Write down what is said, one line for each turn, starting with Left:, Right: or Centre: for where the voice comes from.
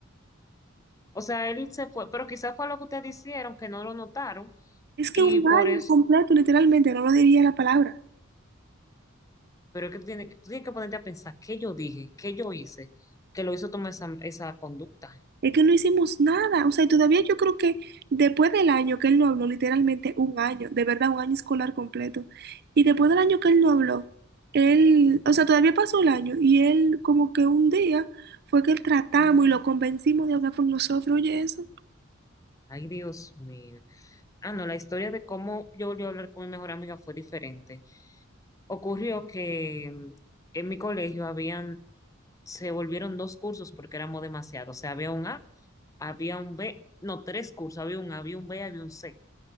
Left: O sea, él se fue, pero quizás fue lo que ustedes hicieron, que no lo notaron,
Right: Es que
Left: y
Right: un
Left: por
Right: año
Left: eso,
Right: completo, literalmente, no lo diría la palabra.
Left: pero es que tú tienes, que- tú tienes que ponerte a pensar, ¿qué yo dije? ¿Qué yo hice? Que lo hizo tomar esa, esa conducta.
Right: Es que no hicimos nada, o sea, y todavía yo creo que después del año que él no habló, literalmente un año, de verdad, un año escolar completo, y después del año que él no habló, él, o sea, todavía pasó el año y él como que un día fue que él tratamos y lo convencimos de hablar con nosotros, oye eso.
Left: Ay, Dios mío. Ah, no, la historia de cómo yo volví a hablar con mi mejor amiga fue diferente. Ocurrió que mm, en mi colegio habían se volvieron dos cursos porque éramos demasiados. O sea, había un A, había un B, no, tres cursos, había un A, había un B, había un C.